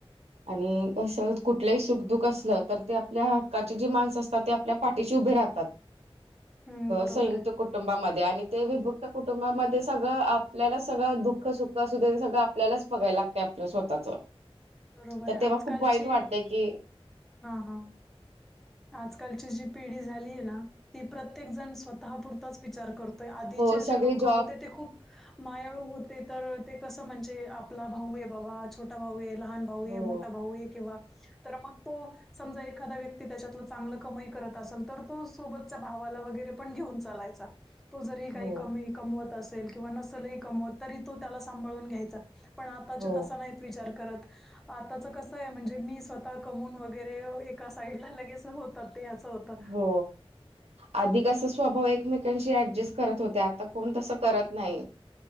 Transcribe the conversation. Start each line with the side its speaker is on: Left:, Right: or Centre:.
Right: आणि कंस कुठलंही सुखदुख असलं तर ते आपल्या हक्काचे जे माणस असतात ते आपल्या पाठीशी उभे राहतात.
Centre: हं, बरोबर
Right: संयुक्त
Centre: आहे.
Right: कुटुंब कुटुंबामध्ये आणि ते विभुक्त कुटुंबामध्ये सगळं आपल्याला सगळं दुःख सुख असु दे ते सगळं आपल्यालाच बघायला लागत आपलं स्वतःच
Centre: बरोबर
Right: तर
Centre: आहे
Right: तेव्हा
Centre: आजकालची
Right: खूप वाईट वाटतय की
Centre: हा हा आजकालची जी पिढी झालीय ना ती प्रत्येक जण स्वतःपुरताच विचार करतो. आधीचे
Right: हो
Centre: जे
Right: सगळे
Centre: लोक
Right: जॉब
Centre: होते ते खूप मायाळू होते तर ते कसं म्हणजे आपला भाऊ आहे बाबा छोटा भाऊ आहे. लहान भाऊ आहे,
Right: हो
Centre: मोठा भाऊ आहे, किंवा तर मग तो समजा एखादा व्यक्ती त्याच्यातलं चांगलं कमाई करत असेल तर तो सोबतच्या भावाला वगैरे पण घेऊन चालायच. <inaudible> तो जरी काही
Right: हो
Centre: कमी कमवत असेल किंवा नसेलही कमवत तरी तो त्याला सांभाळून घ्यायचा. पण आताच्या
Right: हो
Centre: तसां नाहीत विचार करत. आताच कस आहे म्हणजे मी स्वतः कमून वगैरे एका साईडला लगेच होतात ते होतं.
Right: हो आधी कस अस स्वभाव एकमेकांशी ऍडजस्ट करत होते आता कोण तसं करत नाही.